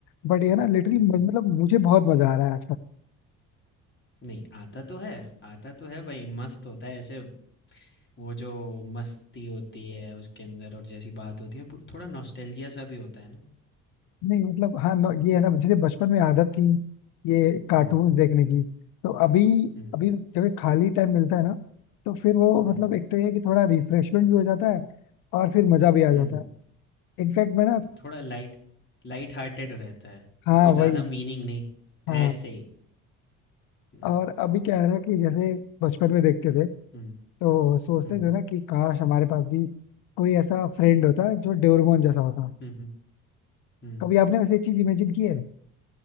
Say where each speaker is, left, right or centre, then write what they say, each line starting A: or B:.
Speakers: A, on the left; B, on the left.
A: बट ये ना लिटरली
B: हुँ।
A: मतलब मुझे बहुत मजा आ रहा है
B: नहीं आता तो है आता तो है भाई मस्त होता है ऐसे वो जो मस्ती होती है उसके अंदर और जैसी बात होती है पू- थोड़ा नॉस्टैल्जिया सा भी होता है ना
A: नहीं मतलब हाँ न- ये है ना जैसे बचपन में आदत थी ये कार्टून्स
B: हम्म
A: देखने की तो अभी
B: हम्म
A: अभी जब ये खाली टाइम मिलता है ना तो फिर वो
B: हम्म
A: मतलब एक तो ये है कि थोड़ा रिफ्रेशमेंट भी हो जाता है और फिर मजा भी आ जाता
B: हम्म
A: है इनफैक्ट मैं ना
B: एक थोड़ा लाइट लाइट हार्टेड रहता है
A: हाँ
B: कोई ज़्यादा
A: वही
B: मीनिंग नहीं
A: हाँ
B: ऐसे ही हम्म
A: और अभी क्या है ना कि जैसे बचपन में देखते थे
B: हम्म
A: तो सोचते
B: हम्म
A: थे ना कि काश हमारे पास भी कोई ऐसा फ्रेंड होता जो डोरेमोन जैसा होता
B: हम्म हम्म
A: कभी आपने वैसे चीज इमेजिन की है